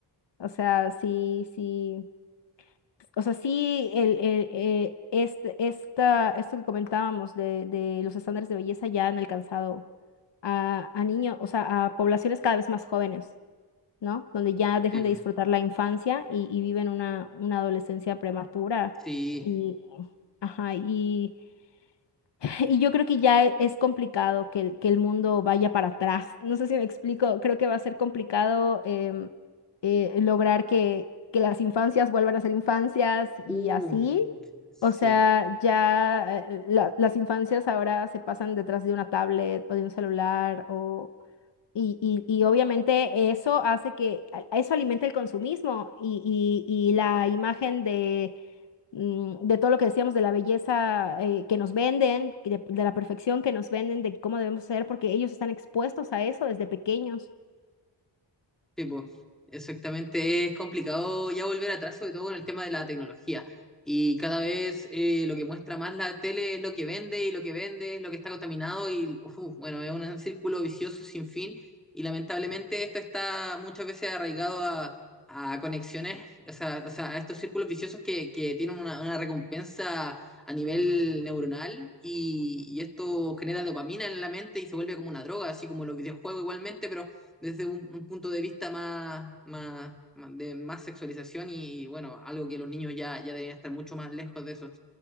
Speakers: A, on the left (about 75°); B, in the centre.
A: O sea, sí, sí, o sea, sí, el, el, eh, este, esta, esto que comentábamos de, de los estándares de belleza ya han alcanzado a, a niños, o sea, a poblaciones cada vez más jóvenes, ¿no? Donde ya dejan
B: sí.
A: de disfrutar la infancia y, y viven una, una adolescencia prematura.
B: sí.
A: Y, ajá, y, <laughs> y yo creo que ya e- es complicado que, el- que el mundo vaya para atrás. No sé si me explico, creo que va a ser complicado em, eh, lograr que, que las infancias vuelvan a ser infancias y
B: Uh,
A: así.
B: Sí,
A: O sea, ya eh, la- las infancias ahora se pasan detrás de una tablet o de un celular o, y, y, y obviamente eso hace que, a- eso alimenta el consumismo y, y- y la imagen de, mm, de todo lo que decíamos, de la belleza eh, que nos venden, que de, de la perfección que nos venden, de cómo debemos ser, porque ellos están expuestos a eso desde pequeños.
B: tipo, exactamente. Es complicado ya volver atrás, sobre todo con el tema de la tecnología. Y cada vez eh, lo que muestra más la tele es lo que vende y lo que vende es lo que está contaminado y, uf, bueno, es un círculo vicioso sin fin. Y lamentablemente esto está muchas veces arraigado a, a conexiones, o sea, o sea, a estos círculos viciosos que, que tienen una, una recompensa a nivel neuronal y, y esto genera dopamina en la mente y se vuelve como una droga, así como los videojuegos igualmente, pero desde un, un punto de vista más, más, más- de más sexualización y bueno, algo que los niños ya, ya deberían estar mucho más lejos de eso.